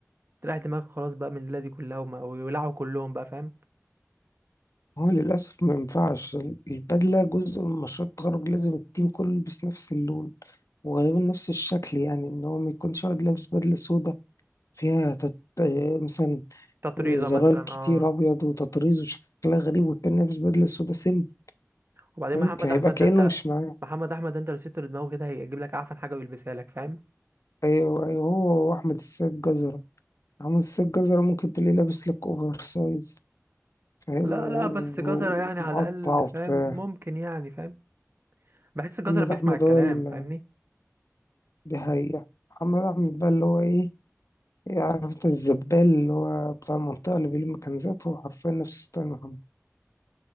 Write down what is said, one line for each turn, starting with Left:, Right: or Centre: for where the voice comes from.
Right: تريح دماغك خلاص بقى من الليلة دي كلها وما- ويولعوا كلهم بقى فاهم
Left: هو للأسف ما ينفعش ال- البدلة جزء من مشروع التخرج لازم التيم كله يلبس نفس اللون وغالبا نفس الشكل يعني ان هو ما يكونش واحد لابس بدلة سودا فيها تط... آه، مثلا
Right: تطريزة
Left: آه، زرار
Right: مثلا
Left: كتير
Right: اه
Left: ابيض وتطريز وشكلها غريب والتاني لابس بدلة سودا سيمبل
Right: وبعدين
Left: ممكن
Right: محمد
Left: هيبقى
Right: احمد
Left: كأنه
Right: ده انت
Left: مش معاه
Right: محمد احمد ده انت لو سبته لدماغه كده هيجيب لك اعفن حاجة ويلبسها لك فاهم
Left: ايوه ايوه هو واحمد السيد جزرة احمد السيد جزرة ممكن تلاقيه لابس لك اوفر سايز فاهم
Right: لا
Left: و- و-
Right: لا بس جزرة يعني
Left: ومقطع
Right: على الأقل
Left: وبتاع
Right: فاهم ممكن يعني فاهم بحس الجزرة
Left: محمد
Right: بيسمع
Left: احمد
Right: الكلام
Left: هو اللي
Right: فاهمني
Left: بيهيع محمد احمد بقى اللي هو ايه إيه، عارف انت الزبال اللي هو بتاع المنطقة اللي بيلم كنزات هو حرفيا نفس ستايل محمد